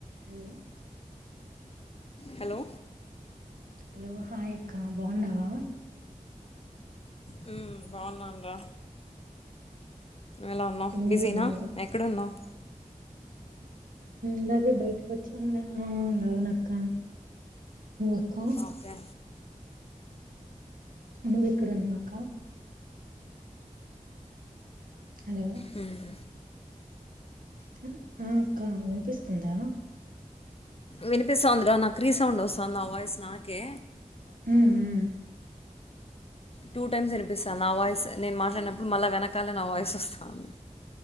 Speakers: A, on the right; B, on the left.
A: Hello
B: hello
A: hello hi అక్క బాగున్నావా
B: హ్మ్ బాగున్నాను రా ఎలా ఉన్నావ్
A: ఏం
B: బిజీనా
A: చేస్తున్నావు
B: ఎక్కడ ఉన్నావ్
A: అలాగే బయటకు వచ్చి అవునక్క అక్క
B: ఓకే
A: నువ్వెక్కడ ఉన్నావ్ అక్క హలో
B: హుమ్
A: హ్మ్మ్ ఆ అక్క వినిపిస్తుందా
B: వినిపిస్తంది రా నాకి రీ సౌండ్ వస్తుంది నా వాయిస్ నాకే
A: హుహుమ్
B: టూ టైమ్స్ వినిపిస్తా నా వాయిస్ నేను మాట్లాడినప్పుడు మళ్ళా వెనకాల నా వాయిస్ వస్తంది